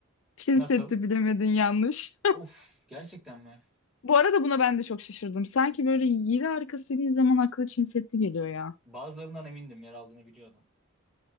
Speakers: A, on the left; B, in the centre.
A: Çin
B: Nasıl?
A: Seddi bilemedin yanlış.
B: Of, gerçekten mi?
A: <laughs> Bu arada buna ben de çok şaşırdım. Sanki böyle yedi arkasını izlemen aklı Çin Seddi geliyor ya.
B: Bazılarından emindim, yer aldığını biliyordum.